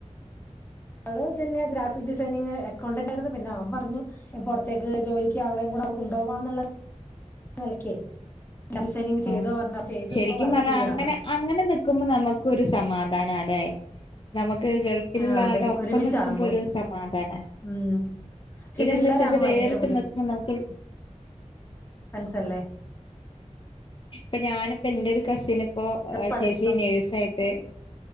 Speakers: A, on the left (about 15°); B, on the left (about 40°).
A: അവള് പിന്നെ ഗ്രാഫിക് ഡിസൈനിങ് അക്കൗണ്ടന്റ് ആയിരുന്നു പിന്നെ അവൻ പറഞ്ഞു പുറത്തേക്ക് ജോലിക്ക് അവളെയും കൂടെ അങ്ങ് കൊണ്ടുപോകന്നുള്ള നിലക്കേ ഡിസൈനിങ്
B: ആ
A: ചെയ്ത പറഞ്ഞ ചെയ്ത്
B: ശരിക്കും
A: ഇപ്പം വർക്ക്
B: പറഞ്ഞാ
A: ചെയ്യാണ്
B: അങ്ങനെ അങ്ങനെ നിക്കുമ്പം നമുക്കും ഒരു സമാധാനാല്ലെ നമുക്ക് ഗൾഫിലുള്ള
A: ആഹ് അതെ
B: ആളുടെ ഒപ്പം
A: ഒരുമിച്ചാകുമ്പോ
B: നിക്കുമ്പോ ഒരു സമാധാനാ
A: ഉം പക്ഷെ
B: ഇതെന്താ
A: പിള്ളേരാകുമ്പോ
B: വെച്ചാല് ഇത് വേറിട്ട്
A: ഭയങ്കര
B: നിക്കുമ്പ നമുക്കൊ
A: മനസല്ലേ
B: ഇപ്പ ഞാനിപ്പോ എന്റെ ഒരു കസിന് ഇപ്പോ
A: പഠിത്തം
B: ചേച്ചി നേഴ്സ് ആയിട്ട്